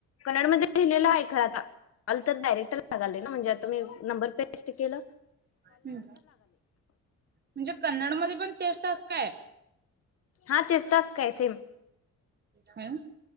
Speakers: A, on the left (about 50°); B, on the right (about 35°).
A: कन्नड मध्ये लिहिलेलं आहे खर आता आल तर डायरेक्ट म्हणजे आता मी नंबर पेस्ट केल
B: हम्म म्हणजे कन्नड मध्ये पण टेस्ट असं काय
A: हा तेच टास्काय सेम
B: कायहून